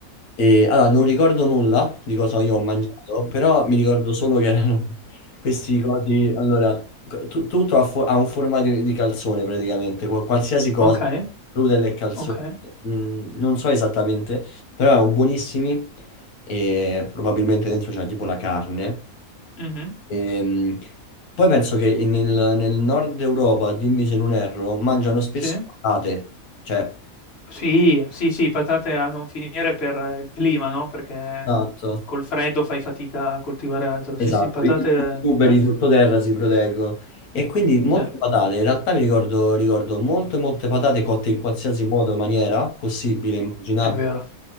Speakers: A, on the left; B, on the left.
A: E allora non ricordo nulla di cosa io ho mangiato, però mi ricordo solo che erano <laughs> questi cosi. Allora, co- tu- tutto ha, fo- ha un formato di, di calzone praticamente, qua- qualsiasi cosa,
B: Ok,
A: noodle e calzone,
B: ok.
A: Mm, non so esattamente, però erano buonissimi e probabilmente dentro c'era tipo la carne.
B: Mhm,
A: Ehm, poi penso che in- nel, nel nord Europa, dimmi se non erro, mangiano spesso
B: Sì.
A: patate, cioè,
B: Sì, sì, sì, patate a non finire per il clima, no? Perché
A: esatto.
B: col freddo fai fatica a coltivare altro. Sì,
A: Esatto,
B: sì, patate
A: i
B: eh,
A: tuberi
B: tante.
A: sottoterra si proteggono e quindi molte
B: Sì.
A: patate, in realtà mi ricordo, ricordo molte molte patate cotte in qualsiasi modo, maniera possibile, immaginabile.
B: È vero.